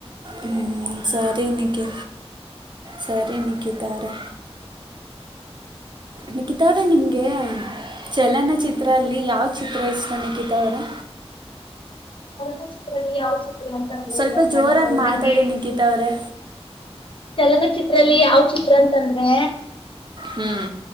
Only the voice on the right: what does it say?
ಹ್ ಸಾರ ನಿಗೆ ಸರಿ ನಿಕಿತಾರೆ ನಿಖಿತ ಅವರೇ ನಿಮಗೆ ಚಲನಚಿತ್ರದಲ್ಲಿ ಯಾವ ಚಿತ್ರ ಇಷ್ಟ ನಿಖಿತ ಅವರೇ
ಸ್ವಲ್ಪ
ಜೋರಾಗಿ
ಮಾತಾಡಿ
ನಿಕಿತಾ ಅವ್ರೆ
ಹ್ಮ್